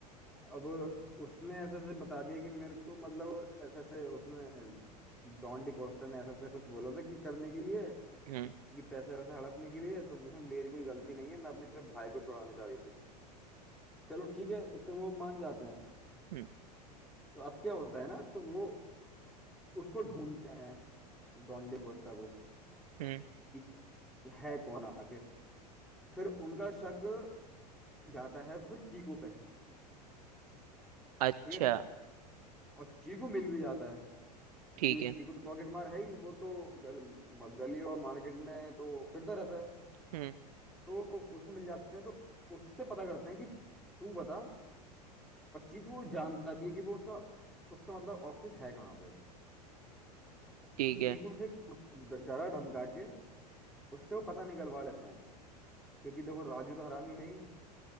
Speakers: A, in the centre; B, on the right.
A: अब उसने ऐसे ऐसे बता दिया कि मेरे को मतलब ऐसे ऐसे उसने डॉन डिकोस्टा ने ऐसा ऐसा कुछ बोला था कि करने के लिए
B: हम्म
A: कि पैसे वैसे हड़पने के लिए तो मुझे मेरी कोई गलती नहीं है मैं अपने सिर्फ भाई को छुड़ाना चाह रही थी चलो ठीक है इतने वो मान जाते हैं
B: हम्म
A: तो अब क्या होता है ना तो वो उसको ढूंढते हैं डॉन डिकोस्टा को
B: हम्म
A: कि है कौन आखिर फिर उनका शक जाता है फिर चीकू पे
B: अच्छा
A: ठीक है और चीकू मिल भी जाता है
B: ठीक
A: क्योंकि
B: है
A: चीकू तो पॉकेट मार है ही वो तो गल, म- गली और मार्केट में तो फिरता रहता है
B: हम्म
A: तो उसको मिल जाते हैं तो उससे पता करते हैं कि तू बता और चीकू जानता भी है कि वो उसका उसका मतलब ऑफिस है कहाँ पे
B: ठीक
A: तो चीकू
B: है
A: से उस- ड- डरा धमका के उससे वो पता निकलवा लेते हैं क्योंकि देखो राजू तो हरामी है ही